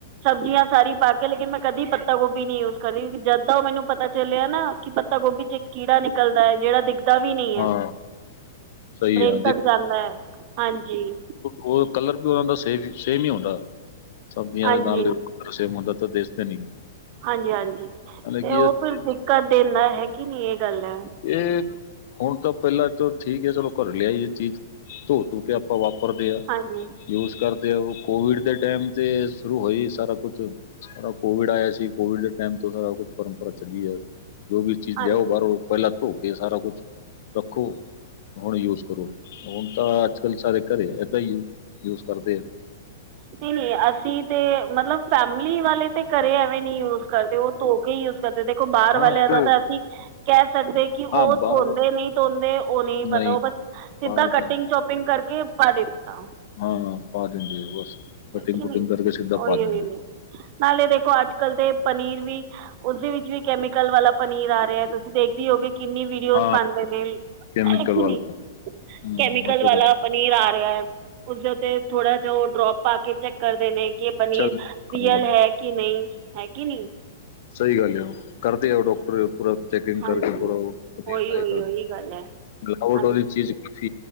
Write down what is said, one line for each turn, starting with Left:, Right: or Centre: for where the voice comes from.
Right: ਸਬਜ਼ੀਆਂ ਸਾਰੀ ਪਾ ਕੇ ਲੇਕਿਨ ਮੈਂ ਕਦੀ ਪੱਤਾ ਗੋਭੀ ਨੀ ਯੂਜ ਕਰਹੀ ਜਦ ਦਾ ਉਹ ਮੈਨੂੰ ਪਤਾ ਚੱਲਿਆ ਨਾ ਕਿ ਪੱਤਾ ਗੋਭੀ ਚ ਇੱਕ ਕੀੜਾ ਨਿਕਲਦਾ ਐ ਜਿਹੜਾ ਦਿਖ ਦਾਂ ਵੀ ਨਈ ਐ,
Left: ਹਾਂ ਸਹੀ
Right: ਬ੍ਰੇਨ
Left: ਆ
Right: ਤੱਕ ਜਾਂਦਾ ਐ, ਹਾਂਜੀ
Left: ਓਰ ਕਲਰ ਵੀ ਉਹਨਾਂ ਦਾ ਸੇ ਸੇਮ ਈ ਹੁੰਦਾ ਸਬਜ਼ੀਆਂ
Right: ਹਾਂਜੀ,
Left: ਦੇ ਨਾਲ ਕਲਰ ਸੇਮ ਹੁੰਦਾ ਤਾਂ ਦੇਖਦੇ ਨਹੀਂ
Right: ਹਾਂਜੀ-ਹਾਂਜੀ
Left: ਹਾਲਾਂਕਿ
Right: ਤੇ ਉਹ
Left: ਇਹ
Right: ਫਿਰ ਕਰਦੇ ਇੰਨਾ ਹੈ ਕਿ ਨੀ ਇਹ ਗੱਲ ਐ
Left: ਇਹ ਹੁਣ ਤਾਂ ਪਹਿਲਾਂ ਤੋ ਠੀਕ ਐ ਚਲੋ ਘਰ ਲਿਆਈਏ ਚੀਜ਼ ਧੋ ਧੂ ਕੇ ਆਪਾਂ ਵਾਪਰਦੇ ਆ
Right: ਹਾਂਜੀ
Left: ਯੂਜ ਕਰਦੇ ਆ ਓ, ਕੋਵਿਡ ਦੇ ਟਾਈਮ ਤੇ ਸ਼ੁਰੂ ਹੋਈ ਸਾਰਾ ਕੁਜ ਸਾਰਾ ਕੋਵਿਡ ਆਇਆ ਸੀ ਕੋਵਿਡ ਦੇ ਟਾਈਮ ਤੋਂ ਸਾਰਾ ਕੁਝ ਪਰੰਪਰਾ ਚੱਲੀ ਐ, ਜੋ ਵੀ ਚੀਜ਼
Right: ਹਾਂਜੀ
Left: ਲਿਆਓ ਬਾਹਰੋਂ ਪਹਿਲਾਂ ਧੋ ਕੇ ਸਾਰਾ ਕੁਛ ਰੱਖੋ। ਹੁਣ ਯੂਜ ਕਰੋ ਹੁਣ ਤਾਂ ਅੱਜ ਕੱਲ ਸਾਰੇ ਘਰੇ ਏਦਾਂ ਹੀ ਯੂ ਯੂਜ ਕਰਦੇ ਆ।
Right: ਵਰਤੀ ਨੀ ਏ ਅਸੀਂ ਤੇ ਮਤਲਬ ਫੈਮਲੀ ਵਾਲੇ ਤੇ ਘਰੇ ਐਵੇਂ ਨੀ ਯੂਜ ਕਰਦੇ ਉਹ ਧੋ ਕੇ ਈ ਯੂਜ ਕਰਦੇ, ਦੇਖੋ ਬਾਹਰ
Left: ਹਾਂ
Right: ਵਾਲਿਆਂ
Left: ਤੇ
Right: ਦਾ ਤਾਂ ਅਸੀਂ ਕਹਿ ਸਕਦੇ ਕਿ ਉਹ
Left: ਹਾਂ
Right: ਧੋਂਦੇ,
Left: ਬਾਹਰ
Right: ਨਈ ਧੋਂਦੇ, ਉਹ ਨਈ ਪਤਾ
Left: ਨਹੀਂ
Right: ਉਹ ਬਸ ਸਿੱਧਾ
Left: ਬਾਹਰ ਦਾ
Right: ਕਟਿੰਗ
Left: ਨਹੀਂ
Right: ਚੋਪਿੰਗ ਕਰਕੇ ਪਾ ਦਿੱਤਾ।
Left: ਹਾਂ ਪਾ ਦਿੰਦੇ ਓ ਬਸ,
Right: ਹੈ
Left: ਕਟਿੰਗ-ਕੁਟਿੰਗ
Right: ਕਿ ਨਹੀਂ
Left: ਕਰਕੇ ਸਿੱਧਾ
Right: ਉਹੀ
Left: ਪਾ ਦਿੰਦੇ
Right: ਉਹੀ
Left: ਓ।
Right: ਉਹੀ ਨਾਲੇ ਦੇਖੋ ਅੱਜ-ਕੱਲ ਦੇ ਪਨੀਰ ਵੀ ਉਸਦੇ ਵਿੱਚ ਵੀ ਕੈਮੀਕਲ ਵਾਲਾ ਪਨੀਰ ਆ ਰਿਆ, ਤੁਸੀਂ ਦੇਖਦੇ ਹੋਗੇ ਕਿੰਨੀ ਵੀ ਵੀਓਸ
Left: ਹਾਂ
Right: ਪਾਂਦੇ ਨੇ, ਹੈ
Left: ਕੈਮੀਕਲ
Right: ਕੇ
Left: ਵਾਲਾ
Right: ਨੀ,
Left: ਹਮ
Right: ਕੈਮੀਕਲ
Left: ਉਹ ਤਾਂ
Right: ਵਾਲਾ
Left: ਗੱਲ
Right: ਪਨੀਰ ਆ ਰਿਹਾ ਹੈ ਉਸਦੇ ਉੱਤੇ ਥੋੜਾ ਜਿਹਾ ਉਹ ਡਰੋਪ ਪਾ ਕੇ ਚੈੱਕ ਕਰਦੇ ਨੇ ਕਿ ਪਨੀਰ
Left: ਚੱਲ
Right: ਰੀਅਲ ਹੈ ਕਿ ਨਹੀਂ ਹੈ ਕਿ ਨੀ।
Left: ਸਹੀ ਗੱਲ ਆ ਉਹ ਕਰਦੇ ਆ ਉਹ ਡਾਕਟਰ ਪੂਰਾ ਚੈਕਿੰਗ
Right: ਹਾਂਜੀ
Left: ਕਰਕੇ ਪੂਰਾ <unintelligible>
Right: ਉਹੀ ਉਹੀ ਉਹੀ ਗੱਲ ਹੈ ਹਾਂਜੀ
Left: ਹੁ